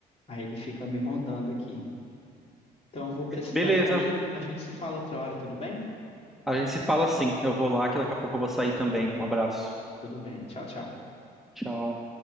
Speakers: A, on the left; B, in the centre.
A: aí ele fica me rondando aqui. Então eu vou precisar
B: Beleza,
A: sair, a gente se fala outra hora, tudo bem?
B: A gente se fala assim. Eu vou lá, que daqui a pouco eu vou sair também. Um abraço.
A: Tudo bem. Tchau, tchau.
B: Tchau.